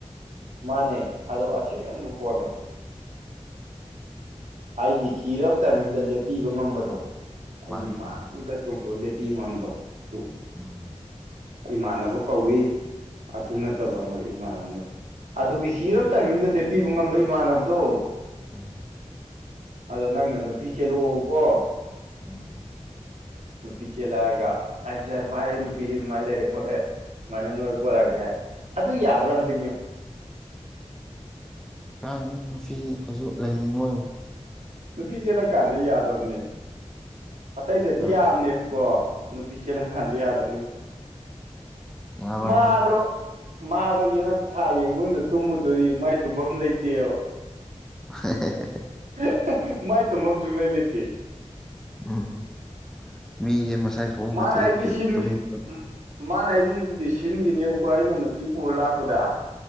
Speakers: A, on the right (about 80°); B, in the centre.
A: ꯃꯥꯅꯦ ꯑꯗꯣ ꯑꯁꯦꯡꯕ ꯄꯣꯠꯅꯦ ꯑꯩꯒꯤ ꯆꯤꯔꯕ ꯇꯥꯏꯃꯤꯡꯗ ꯂꯦꯞꯄꯤꯕ ꯉꯝꯕꯗꯣ ꯑꯩꯒꯤ
B: ꯃꯥꯅꯤ
A: ꯃꯥꯡꯗ
B: ꯃꯥꯅꯤ
A: ꯆꯣꯡꯊꯣꯛ ꯂꯦꯞ <unintelligible>
B: ꯎꯝ
A: ꯏꯃꯥꯟꯅꯕ ꯀꯧꯏ ꯑꯗꯨ ꯅꯠꯇꯕ ꯑꯩꯈꯣꯏ ꯏꯃꯥꯟꯅꯕꯅ ꯑꯗꯨꯒꯤ ꯆꯤꯔꯕ ꯇꯥꯏꯃꯤꯡꯗ ꯂꯦꯞꯄꯤꯕ ꯉꯝꯕ ꯏꯃꯥꯟꯅꯕꯗꯣ
B: ꯑꯣ
A: ꯑꯗꯣ ꯅꯪꯅ ꯅꯨꯄꯤ ꯆꯦꯜꯂꯣꯑꯣꯀꯣ
B: ꯎꯝ
A: ꯅꯨꯄꯤ ꯆꯦꯜꯂꯛꯑꯒ ꯑꯩꯁꯦ ꯚꯥꯏ ꯑꯩ ꯅꯨꯄꯤ ꯑꯃ ꯂꯩꯔꯦ ꯈꯣꯠꯂꯦ ꯑꯝꯃꯥꯏꯅ ꯅꯣꯏ ꯄꯣꯔꯛꯒꯦ ꯍꯥꯏ ꯑꯗꯨ ꯌꯥꯕ꯭ꯔꯥ ꯑꯝꯇꯪ ꯌꯦꯡꯉꯨ
B: ꯀꯥꯏꯗꯩꯅꯣ ꯅꯨꯄꯤ <unintelligible> ꯁꯨ ꯂꯩꯍꯟꯅꯤꯡꯉꯣꯏꯕ
A: ꯅꯨꯄꯤ ꯆꯦꯜꯂꯛꯀꯥꯟꯗ ꯌꯥꯗꯕꯅꯦ ꯑꯇꯩꯗꯗꯤ
B: ꯎꯝ
A: ꯌꯥꯕꯅꯦꯕꯀꯣ ꯅꯨꯄꯤ ꯆꯦꯜꯂꯛꯀꯥꯟꯗ ꯌꯥꯗꯕꯅꯦ ꯌꯦꯡꯉꯣ
B: ꯌꯥꯔꯣꯏ
A: ꯃꯥꯗꯣ
B: ꯌꯥꯔꯣꯏ
A: ꯃꯥꯗꯣ ꯌꯦꯅꯈꯥ ꯌꯦꯡꯒꯣꯟꯗ ꯇꯨꯝꯃꯨꯗꯣꯔꯤ ꯃꯥꯏ ꯇꯨꯝꯕꯝ ꯂꯩꯇꯦꯕ
B: <unintelligible>
A: <unintelligible> ꯃꯥꯏ ꯇꯨꯝꯐꯝ ꯁꯨꯡꯂꯩ ꯂꯩꯇꯦ
B: ꯎꯝ ꯃꯤꯁꯦ ꯃꯁꯥꯏ ꯐꯃꯨꯡ
A: ꯃꯥꯅ
B: ꯅꯠꯇꯗꯤ
A: ꯑꯩꯒꯤ
B: ꯀꯩꯁꯨ
A: ꯁꯤꯟꯒꯤ
B: ꯇꯨꯝꯅꯤꯡ ꯄꯣꯟ__
A: ꯃꯥꯅ ꯑꯩꯒꯤꯕꯨꯗꯤ ꯁꯤꯟꯒꯤꯅꯦꯕꯀꯣ ꯑꯩꯅ ꯅꯨꯄꯤ ꯄꯨꯔ ꯂꯥꯛꯄꯗ